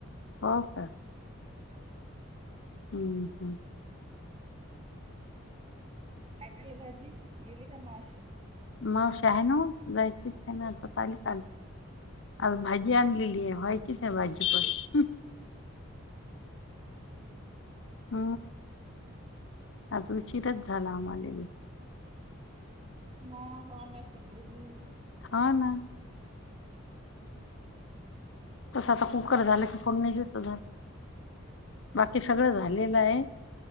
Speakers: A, on the left; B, on the right.
A: हो का हम्म हम्म.
B: काय केल भाजी गेली का मावशी?
A: मग शा हाय ना व जायचीच नई ना आता पाली खाल आता भाजी आणलेली <inaudible> हे व्हायचीच भाजी पण
B: हम्म मम्म पाहते मंग
A: अ आज उशीरच झाला आम्हाले बी.
B: म का असी <unintelligible>
A: ह ना, तस आता कुकर झालं कि. कोण नई तीथ जात बाकी सगळं झालेलं आहे.